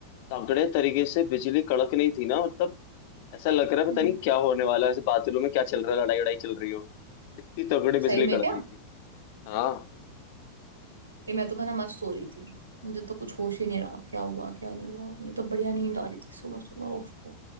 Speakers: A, on the left; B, on the right.
A: तगड़े तरीके से बिजली कड़क नहीं थी ना मतलब ऐसा लग रहा है
B: हम्म
A: पता नहीं क्या होने वाला है ऐसे बादलों में क्या चल रहा है लड़ाई लड़ाई चल रही हो इतनी तगड़ी बिजली
B: सही में
A: कड़क
B: क्या
A: रही थी हाँ
B: ये मैं तो बना मस्त सो रही थी मुझे तो कुछ होश ही नहीं रहा क्या हुआ क्या नहीं हुआ मुझे तो बढ़िया नींद आ रही थी सुबह सुबह ओफ